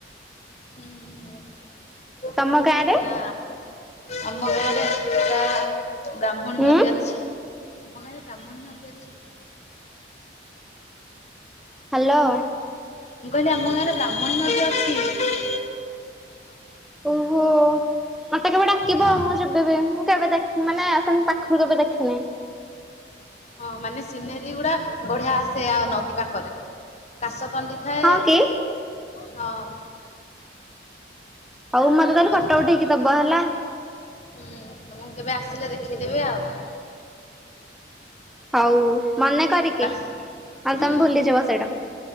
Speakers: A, on the left; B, in the centre.
A: ହୁଁ ହୁଁ ହଁ
B: ତମ ଗାଁ ରେ?
A: ନା। ଆମ ଗାଁରେ ପୁରା ବ୍ରାହ୍ମଣୀ
B: ଉଁ
A: ନଦୀ ଅଛି <inaudible> ଆମ ଗାଁରେ ବ୍ରାହ୍ମଣୀ ନଦୀ ଅଛି।
B: ହ୍ୟାଲୋ।
A: ମୁଁ କହିଲି ଆମ ଗାଁରେ ବ୍ରାହ୍ମଣୀ ନଦୀ ଅଛି <inaudible>
B: ଓହୋ, ମତେ କେବେ ଡାକିବ
A: ହଁ।
B: ମୁଁ ଯିବିବି ମୁଁ କେବେ ଦେ ମାନେ ସେମ ପାଖରୁ କେବେ ଦେଖି
A: ଆ ହଁ ମାନେ ସିନେରୀ ଗୁଡା ବଢିଆ ଆସେ ଆ ନଦୀ ପାଖରେ କାଶତଣ୍ଡି ଥାଏ
B: ହଁ କି
A: ହଁ।
B: ହଉ ମତେ ତାହେଲେ
A: ତମେ
B: ଫଟ ଉଠେଇକି ଦବ ହେଲା।
A: ହୁଁ ତମକୁ କେବେ ଆସିଲେ ଦେଖେଇଦେବି ଆଉ।
B: ହଉ ମନେ କରିକି
A: କାସ୍
B: ନ <unintelligible>
A: ହୁଁ
B: ତମେ ଭୁଲିଯିବ ସେଇଟା।